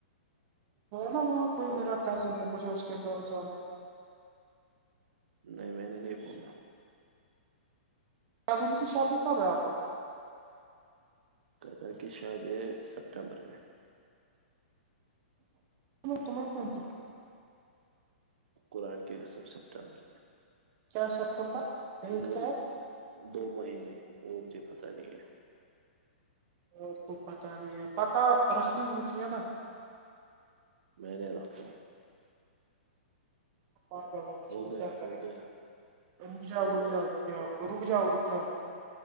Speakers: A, on the right; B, on the right.
A: نا وہاں کوئی
B: تھپ
A: میرا کزن ہے مجھے اس کے گھر جانا ہے-
B: نہیں میں نے نہیں بولا-
A: ازم کی شادی کب ہے آپ کو-
B: کتن کی شاد ہے سپتمبر میں-
A: تم کون چ-
B: قرآن کی قسم سپٹمبر میں-
A: کیا سپتمبر ڈیٹ
B: دو-
A: کیا ہے
B: دو مہینے وہ مجھے پتہ نہیں ہے-
A: آپ کو پتہ نہیں ہے پتہ رکھنی ہوتی ہے نا-
B: میں نے رکھا
A: آ جا اس
B: ہو
A: کو
B: گیا
A: کیا کرے
B: ہو
A: گا
B: گیا
A: رک جاؤ
B: ہو
A: رک
B: گیا
A: جاؤ رک جاؤ رک جاؤ رک جاؤ-